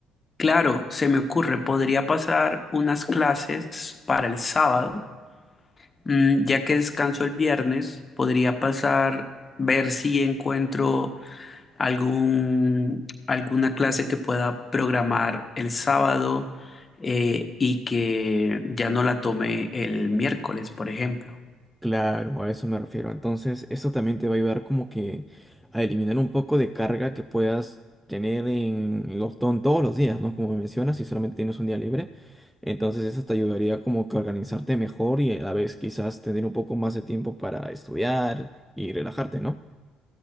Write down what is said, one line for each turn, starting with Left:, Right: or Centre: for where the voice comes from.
Left: claro, se me ocurre, podría pasar unas clases para el sábado, mm, ya que descanso el viernes, podría pasar, ver si encuentro algún, alguna clase que pueda programar el sábado eh, y que ya no la tome el miércoles, por ejemplo.
Centre: Claro, a eso me refiero. Entonces, eso también te va a ayudar como que a eliminar un poco de carga que puedas tener en los ton- todos los días, ¿no? Como mencionas, si solamente tienes un día libre. Entonces, eso te ayudaría como que a organizarte mejor y a la vez quizás tener un poco más de tiempo para estudiar y relajarte, ¿no?